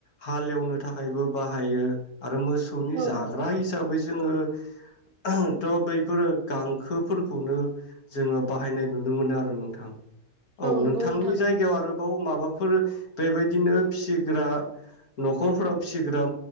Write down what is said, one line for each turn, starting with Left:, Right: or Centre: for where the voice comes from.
Left: हालेवनो थाखायबो बाहायो आरो मोसौनि
Right: औ
Left: जाग्रा
Right: नंगौ
Left: हिसाबै जोङो <unintelligible> थ' बैफोरो गांखोफोरखौनो जोङो बाहायनाय नुनो मोनो आरो नोंथां। औ
Right: नंगौ
Left: नोंथांनि
Right: नोंथां
Left: जायगायाव आरो औ माबा फोर बेबायदिनो फिसिग्रा न'खरफोराव फिसिग्रा